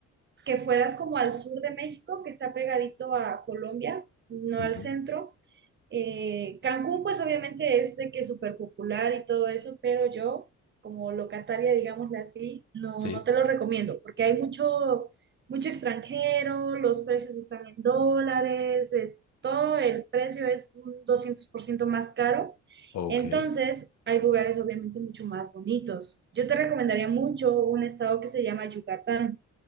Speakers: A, on the right; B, on the left.
A: que fueras como al sur de México, que está pegadito a Colombia, no
B: Ujú.
A: al centro. Eh, Cancún, pues obviamente es de que es súper popular y todo eso, pero yo, como locataria, digámosle así, no,
B: Sí,
A: no te lo recomiendo, porque hay mucho, mucho extranjero, los precios están en dólares, es, todo el precio es un 200% más caro.
B: ok,
A: Entonces,
B: en
A: hay lugares obviamente mucho más bonitos. Yo te recomendaría mucho un estado que se llama Yucatán.